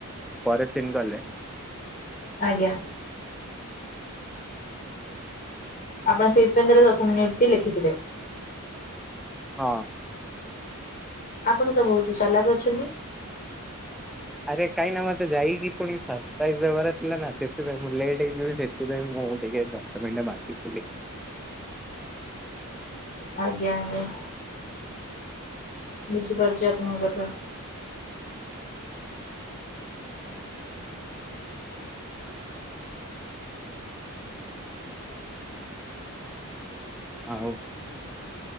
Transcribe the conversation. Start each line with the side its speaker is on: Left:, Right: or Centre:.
Centre: ପରେ ସିନ୍ କଲେ
Left: ଆଜ୍ଞା ଆପଣ ସେଇଥିାଇଁ ଦଶ ମିନିଟ ଟି ଲେଖିଥିଲେ
Centre: ହଁ
Left: ଆପଣ ତ ବହୁତ ଚାଲାକ ଅଛନ୍ତି
Centre: ଆରେ କାହିଁକ ନା ମତେ ଯାଇକି ପୁଣି ସରପ୍ରାଇଜ ଦେବାର ଥିଲା ନା ସେଥିପାଇଁ ମୁଁ ଲେଟ୍ ହେଇଯିବି ସେଥିପାଇଁ ମୁଁ ଟିକେ ବାକି
Left: ଆଜ୍ଞା- ଆଜ୍ଞା। ବୁଝିପାରୁଛି ଆପଣଙ୍କ କଥା
Centre: ଆଉ